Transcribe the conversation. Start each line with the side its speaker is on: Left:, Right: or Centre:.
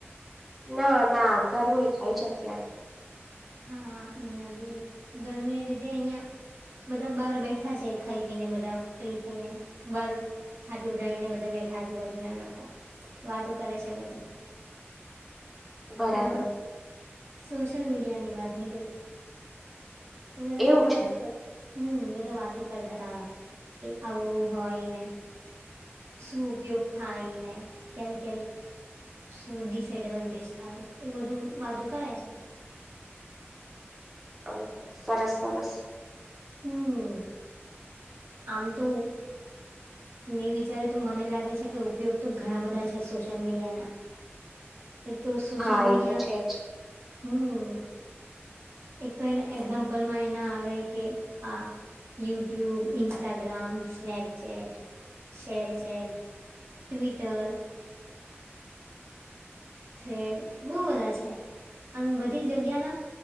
Centre: ના ના ગરમી થાય છેં અત્યારે
Right: હા અહિયાં બી ગરમી લીધે અહિયાં બધા બહાર બેઠા છે ખાઈ પીને બધા ફ્રી થઈને બાર ખાટલું ઉઢાવીને બધા બેઠા આજુબાજુના લોકો વાતો કરે છે બધી
Centre: બરાબર
Right: તો એમાં સોશિયલ મીડિયાની વાત નીકળ તો બધ
Centre: એવું
Right: વાતો
Centre: છે
Right: કર હમ્મ બધા વાતો કરતા હતા કે આવું હોય ને શું ઉપયોગ થાય ને ક્યારેક ક્યારેક શું ડિસએડવાન્ટેજ થાય એ બધું વાતો કરે છે
Centre: હ સરસ સરસ
Right: હમ્મ આમ તો મેં વિચાર્યું તો મને લાગે છે કે ઉપયોગ તો ઘણા બધા છે સોશિયલ મીડિયા ના એક તો સોશલ
Centre: હા
Right: મીડિયા
Centre: એ તો છે જ
Right: હમ્મ એક તો એના એક્ઝામ્પલમાં એના આવે કે આ YouTube Instagram Snapchat ShareChat Twitter thread બહુ બધા છે અને બધી જગ્યાના